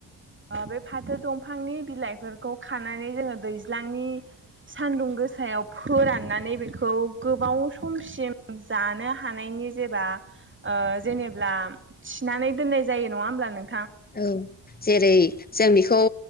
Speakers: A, on the right; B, on the left.
A: ओ बे फाथो दंफांनि बिलाइफोरखौ खानानै जोङो दैज्लांनि सानदुं गोसायाव फोराननानै बेखौ गोबाव समसिम जानो हानायनि जेबा ओ जेनेब्ला थिनानै दोननाय जायो नङा होमब्ला नों
B: औ जेरै जों बिखौ